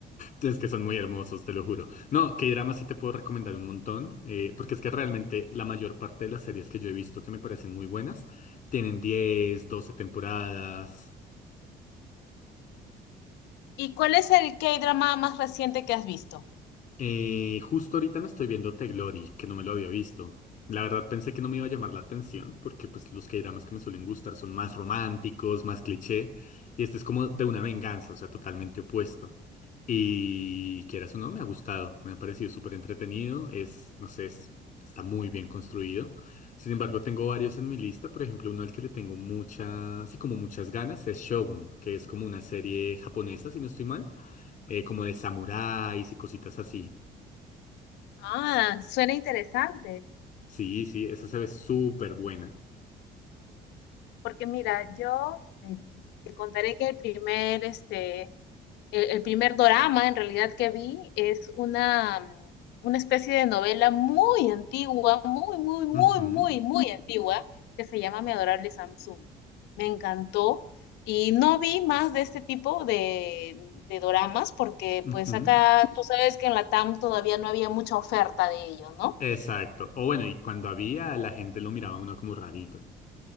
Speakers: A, on the left; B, on the left.
A: Es que son muy hermosos, te lo juro. No, K-dramas sí te puedo recomendar un montón, eh, porque es que realmente la mayor parte de las series que yo he visto que me parecen muy buenas tienen 10 12 temporadas.
B: ¿Y cuál es el K-drama más reciente que has visto?
A: Eh, justo ahorita me estoy viendo The Glory, que no me lo había visto. La verdad pensé que no me iba a llamar la atención, porque pues los K-dramas que me suelen gustar son más románticos, más cliché, y este es como de una venganza, o sea, totalmente opuesto. Y quieras o no, me ha gustado, me ha parecido súper entretenido, es, no sé, es- está muy bien construido. Sin embargo, tengo varios en mi lista, por ejemplo, uno al que le tengo mucha, así como muchas ganas, es Shogun, que es como una serie japonesa, si no estoy mal, eh, como de samuráis y cositas así.
B: Ah, suena interesante.
A: Sí, sí, esa se ve súper buena.
B: Porque mira, yo eh, te contaré que el primer, este, el, el primer dorama en realidad que vi es una, mm, una especie de novela muy antigua, muy, muy, muy,
A: Ujú,
B: muy, muy antigua, que se llama Mi adorable Samsung. Me encantó y no vi más de este tipo de, de doramas porque
A: ujú,
B: pues acá tú sabes que en Latam todavía no había mucha oferta de ellos, ¿no?
A: Exacto. O bueno, y cuando había, la gente lo miraba a uno como rarito.